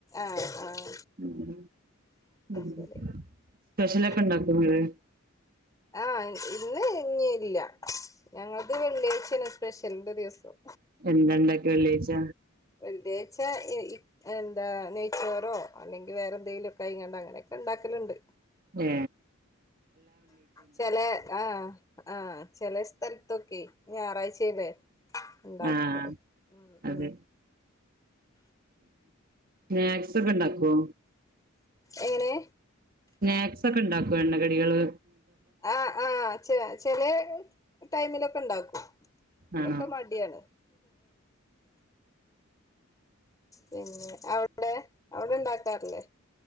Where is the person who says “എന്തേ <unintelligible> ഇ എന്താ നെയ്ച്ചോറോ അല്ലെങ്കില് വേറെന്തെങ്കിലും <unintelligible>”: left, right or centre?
Left